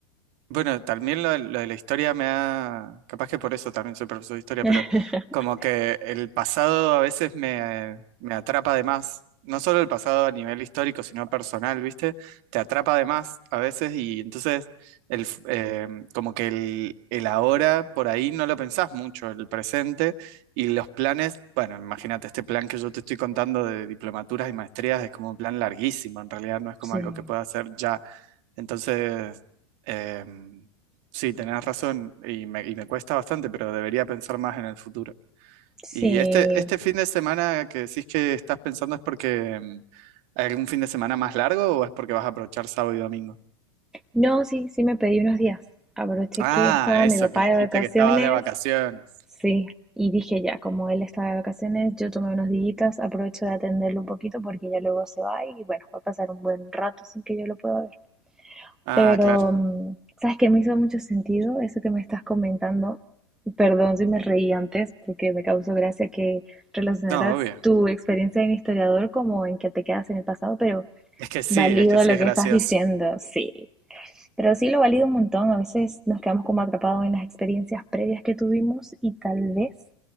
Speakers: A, on the right; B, in the centre.
A: Bueno, también lo, de lo de la historia me ha, capaz que por eso también soy profesor de historia,
B: <laughs>
A: pero como que el pasado a veces me, eh, me atrapa de más, no solo el pasado a nivel histórico, sino personal, ¿viste? Te atrapa de más a veces y entonces el, f- eh, como que el, el ahora por ahí no lo pensás mucho, el presente y los planes, bueno, imagínate, este plan que yo te estoy contando de diplomaturas y maestrías es como un plan larguísimo, en realidad no es como
B: Sí,
A: algo que pueda hacer ya. Entonces... Em, sí, tenés razón y me, y me cuesta bastante, pero debería pensar más en el futuro.
B: sí.
A: Y este, este fin de semana que decís que estás pensando es porque em, hay algún fin de semana más largo o es porque vas a aprovechar sábado y domingo.
B: No, sí, sí me pedí unos días. Aproveché
A: Ah,
B: que estaba
A: eso,
B: mi papá
A: que dijiste
B: de vacaciones,
A: que estabas de vacaciones.
B: sí, y dije ya, como él estaba de vacaciones, yo tomé unos días, aprovecho de atenderlo un poquito porque ya luego se va y bueno, va a pasar un buen rato sin que yo lo pueda ver.
A: Ah,
B: Pero,
A: claro.
B: mm, ¿sabes qué? Me hizo mucho sentido eso que me estás comentando. Perdón si me reí antes, porque me causó gracia que relacionaras
A: No, obvio.
B: tu experiencia de historiador como en que te quedas en el pasado, pero
A: Es que sí,
B: valido
A: es que sí
B: lo
A: es
B: que
A: gracioso.
B: estás diciendo, sí. Pero sí lo valido un montón, a veces nos quedamos como atrapados en las experiencias previas que tuvimos y tal vez